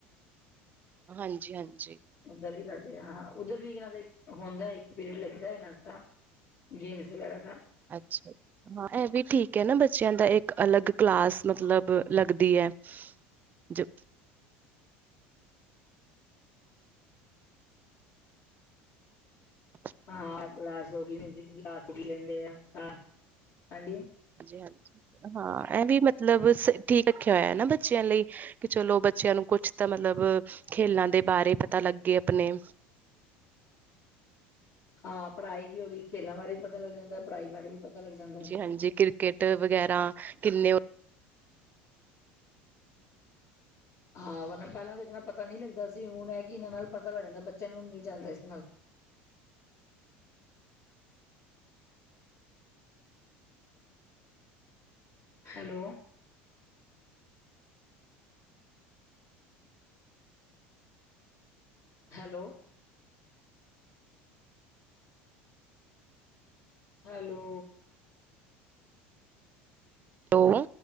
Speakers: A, on the right (about 30°); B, on the left (about 65°).
A: ਹਾਂਜੀ ਹਾਂਜੀ।
B: ਉੱਧਰ ਵੀ ਕਰਦੇ ਉੱਧਰ ਵੀ ਇਹਨਾਂ ਦਾ ਹੁੰਦਾ ਇੱਕ ਪੀਰੀਅਡ ਲੱਗਦਾ ਇਹਨਾਂ ਦਾ ਗੇਮਸ ਵਗੈਰਾ ਦਾ।
A: ਅੱਛਾ ਹਾਂ ਇਹ ਵੀ ਠੀਕ ਹੈ ਨਾ ਬੱਚਿਆਂ ਦਾ ਇੱਕ ਅਲੱਗ ਕਲਾਸ ਮਤਲਬ ਲੱਗਦੀ ਹੈ ਜ। ਹ।
B: ਹਾਂ ਕਲਾਸ ਹੋ ਗ ਮਲਾਸ ਹੋ ਲੈਂਦੇ ਆ ਹਾਂਜੀ।
A: ਹਾਂਜੀ ਹਾਂ ਇਹ ਵੀ ਮਤਲਬ ਠੀਕ ਰੱਖਿਆ ਹੋਇਆ ਨਾ ਬੱਚਿਆਂ ਲਈ ਕਿ ਚਲੋ ਬੱਚਿਆਂ ਨੂੰ ਕੁਛ ਤਾਂ ਮਤਲਬ ਖੇਲਾਂ ਦੇ ਬਾਰੇ ਪਤਾ ਲੱਗੇ ਆਪਣੇ
B: ਹਾਂ ਪੜ੍ਹਾਈ ਵੀ ਹੋ ਗਈ ਖੇਲਾਂ ਬਾਰੇ ਵੀ ਪਤਾ ਲੱਗ ਜਾਂਦਾ ਪੜ੍ਹਾਈ ਬਾਰੇ ਵੀ ਪਤਾ। ਲੱਗ ਜਾਂਦਾ।
A: ਹਾਂਜੀ ਹਾਂਜੀ ਕ੍ਰਿਕਟ ਵਗੈਰਾ ਕਿੰਨੇ
B: ਹਾਂ ਉਹ ਪਹਿਲਾਂ ਤਾਂ ਇਨਾ ਪਤਾ ਨਹੀਂ ਲੱਗਦਾ ਸੀ ਹੁਣ ਇਹ ਕਿ ਇਹਨਾਂ ਨਾਲ ਪਤਾ ਲੱਗ ਜਾਂਦਾ ਬੱਚਿਆਂ ਨੂੰ ਮਿਲ ਜਾਂਦਾ ਇਸ ਨਾਲ ਤੇ ਹੈਲੋ। ਹੈਲੋ। ਹੈਲੋ।
A: ਉਹ